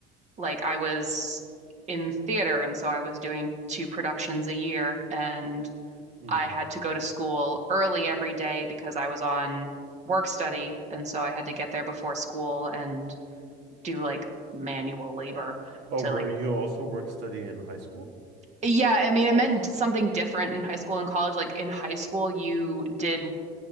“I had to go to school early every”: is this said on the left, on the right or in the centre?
Right